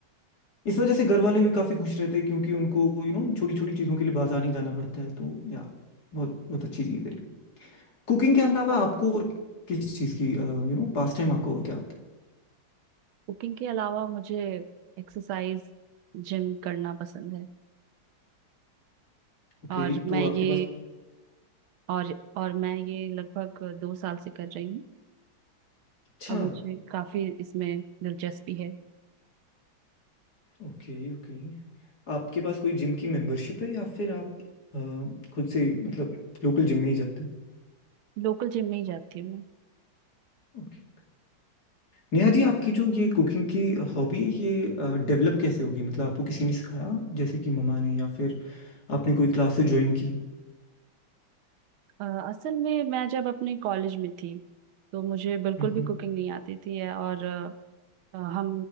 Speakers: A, on the left; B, on the right.
A: इस वजह से घर वाले भी काफ़ी खुश रहते हैं क्योंकि उनको यू नो छोटी छोटी चीज़ों के लिए बाजार नहीं जाना पड़ता है तो या बहुत बहुत अच्छी चीज़ है कुकिंग के अलावा आपको और किस चीज़ की यू नो पास टाइम आपका और क्या आता है
B: कुकिंग के अलावा मुझे एक्सरसाइज जिम करना पसंद है
A: ओके
B: और मैं
A: तो आपके
B: ये
A: पास
B: और और मैं ये लगभग दो साल से कर रही हूँ
A: अच्छा
B: और मुझे काफी इसमें दिलचस्पी है
A: Okay okay आपके पास कोई जिम की मेंबरशिप है या फिर आप अ, खुद से ही, मतलब लोकल जिम में ही जाते
B: लोकल जिम में ही जाती हूँ मैं।
A: हैं नेहा जी आपकी जो ये कुकिंग की हॉबी है ये डेवलप कैसे होगी मतलब आपको किसी ने सिखाया जैसे कि मम्मा ने या फिर आपने कोई क्लासेस ज्वाइन की
B: अ, असल में मैं जब अपने कॉलेज में थी तो मुझे बिल्कुल
A: हम्म
B: भी कुकिंग नहीं आती थी और अ, हम